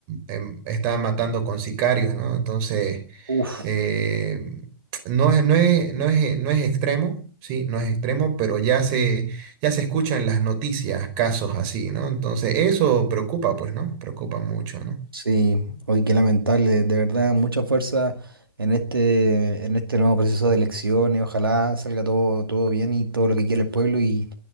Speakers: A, on the right; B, on the right.
A: em, está matando con sicarios, ¿no? Entonces,
B: Uf.
A: eh, no es, no es, no es, no es extremo, sí, no es extremo, pero ya se, ya se escuchan las noticias casos así, ¿no? Entonces, eso preocupa, pues, ¿no? Preocupa mucho, ¿no?
B: Sí, hoy qué lamentable, de verdad, mucha fuerza en este, en este nuevo proceso de elecciones. Ojalá salga todo, todo bien y todo lo que quiere el pueblo y,